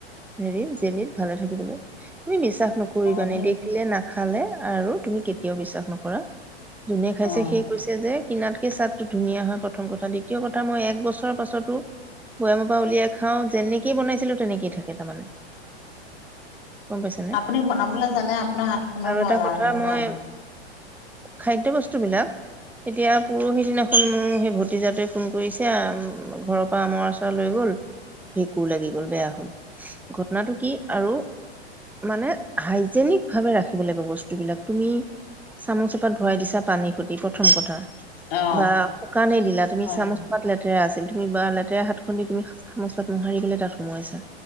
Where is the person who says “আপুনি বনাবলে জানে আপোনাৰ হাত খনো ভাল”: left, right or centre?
Left